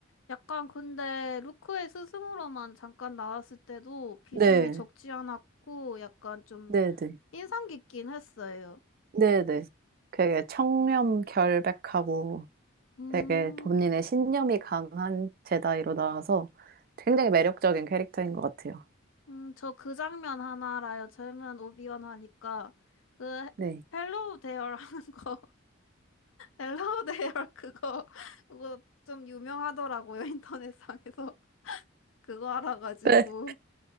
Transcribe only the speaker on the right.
네
네네
네네. 되게 청렴 결백하고
되게 본인의 신념이 강한 제다이로 나와서 굉장히 매력적인 캐릭터인 것 같아요.
네.
네.